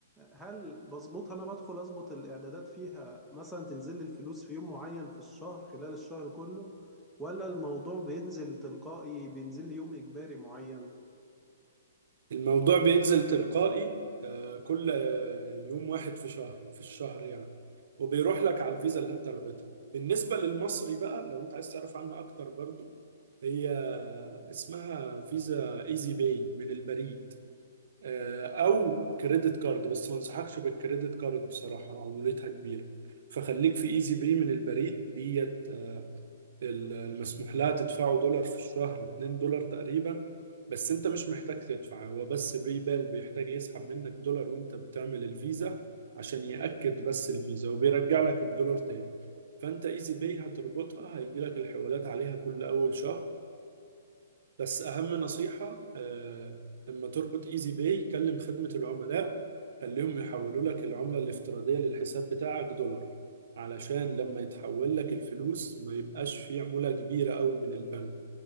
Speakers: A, in the centre; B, on the right.
A: هل بظبطها انا بدخل اظبط الاعدادات فيها مثلا تنزل لي الفلوس في يوم معين في الشهر خلال الشهر كله ولا الموضوع بينزل تلقائي بينزل لي يوم اجباري معين
B: الموضوع بينزل تلقائي آه، كل آه، يوم واحد في شهر في الشهر يعني وبيروح لك على الفيزا اللي انت رابطها بالنسبه للمصري بقى لو انت عايز تعرف عنها اكتر برضو هي اسمها فيزا ايزي باي من البريد آه، او كريدت كارد بس ما انصحكش بالكريدت كارد بصراحه عمولتها كبيره فخليك في ايزي باي من البريد ديت آه، المسموح لها تدفعه دولار في الشهر 2 دولار تقريبا بس انت مش محتاج تدفع هو بس باي بال بيحتاج يسحب منك دولار وانت بتعمل الفيزا عشان يأكد بس الفيزا وبيرجع لك الدولار تاني فانت ايزي باي هتربطها هيجي لك الحوالات عليها كل اول شهر بس اهم نصيحة آه، اما تربط ايزي باي كلم خدمة العملاء خليهم يحولوا لك العملة الافتراضية للحساب بتاعك دولار علشان لما يتحول لك الفلوس ما يبقاش في عمولة كبيرة قوي من البنك